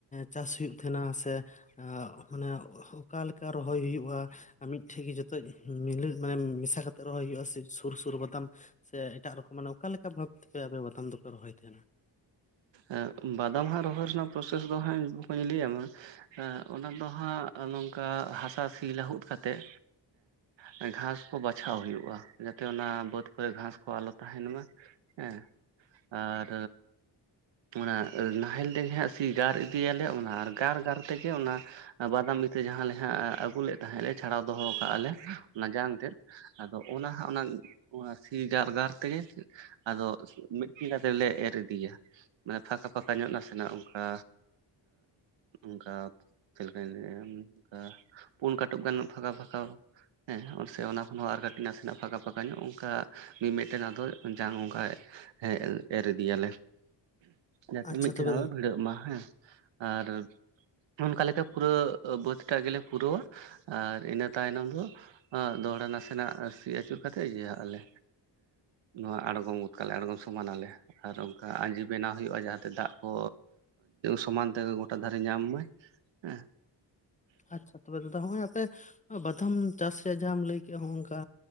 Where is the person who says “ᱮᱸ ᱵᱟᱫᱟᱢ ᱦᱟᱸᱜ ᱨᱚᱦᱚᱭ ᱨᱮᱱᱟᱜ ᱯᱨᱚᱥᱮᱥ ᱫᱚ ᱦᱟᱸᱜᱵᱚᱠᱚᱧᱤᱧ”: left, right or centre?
Right